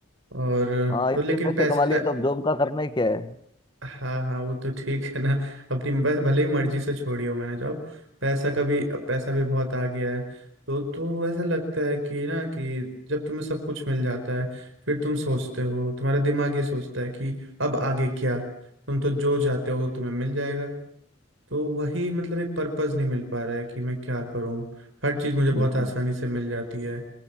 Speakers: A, on the right; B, on the left.
A: और अ,
B: हाँ
A: पर
B: इतने
A: लेकिन
B: पैसे
A: पैसे
B: कमा लिए
A: पै,
B: तो अब जॉब का करना ही क्या है
A: हाँ हाँ वो तो ठीक है ना अपनी बस भले ही मर्जी से छोड़ी हो मैंने जॉब पैसा कभी अब पैसा भी बहुत आ गया है तो तो ऐसा लगता है कि ना कि जब तुम्हें सब कुछ मिल जाता है फिर तुम सोचते हो तुम्हारा दिमाग ये सोचता है कि अब आगे क्या तुम तो जो चाहते हो वो तुम्हें मिल जाएगा तो वही मतलब एक पर्पस नहीं मिल पा रहा है कि मैं क्या करूं हर चीज़ मुझे बहुत
B: बिल्कुल
A: आसानी से मिल जाती है